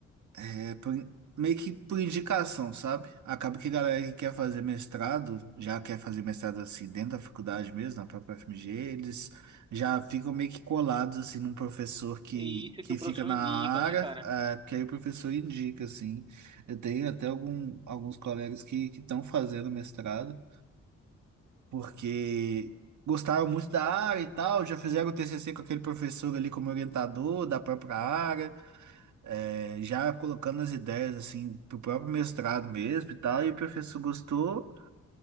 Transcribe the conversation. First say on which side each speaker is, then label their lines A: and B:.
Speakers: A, on the right; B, on the right.
A: é por in- meio que por indicação, sabe? Acaba que a galera que quer fazer mestrado, já quer fazer mestrado assim dentro da faculdade mesmo, na própria FMG, eles já ficam meio que colados assim num professor que,
B: E isso
A: que
B: que o
A: fica
B: professor
A: na
B: indica,
A: área,
B: né, cara?
A: é, porque aí o professor indica, assim. Eu tenho até algum, alguns colegas que que estão fazendo mestrado porque gostaram muito da área e tal, já fizeram o TCC com aquele professor ali como orientador da própria área, eh, já colocando as ideias assim pro próprio mestrado mesmo e tal, e o professor gostou,